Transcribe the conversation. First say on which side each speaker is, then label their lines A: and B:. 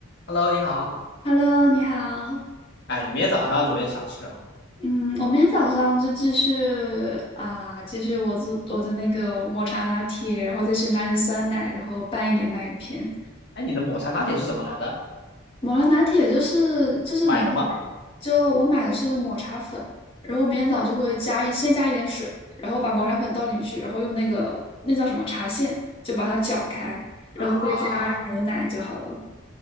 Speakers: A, on the left (about 55°); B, on the left (about 25°).
A: Hello，你好。
B: Hello，你好。
A: 哎，你明天早上准备想吃什么？
B: 嗯，我明天早上就继续啊，继续我做我的那个抹茶拿铁，然后再去拿点酸奶，然后拌一点麦片。
A: 哎，你的抹茶拿铁是怎么来的？
B: 抹茶拿铁就是就是牛奶，
A: 买的吗？
B: 就我买的是抹茶粉，然后我明天早就会加一先加一点水，然后把抹茶粉倒进去，然后用那个那叫什么茶线就把它搅开，然后再加牛奶就好了。
A: 啊，